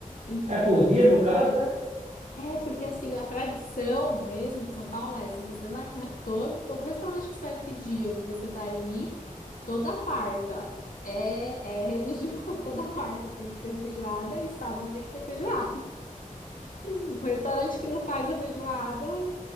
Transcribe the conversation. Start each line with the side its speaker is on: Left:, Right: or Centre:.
Left: enfim,
Right: É por
Left: todo
Right: dia,
Left: restaurante.
Right: no caso, né?
Left: É, porque assim, a tradição mesmo de São Paulo é, se você vai no re- todo, todo restaurante que você vai pedir ou que você vai ir, toda quarta é, é religioso, <laughs> toda quarta tem que ter feijoada e sábado tem que ter feijoada. Um restaurante que não faz a feijoada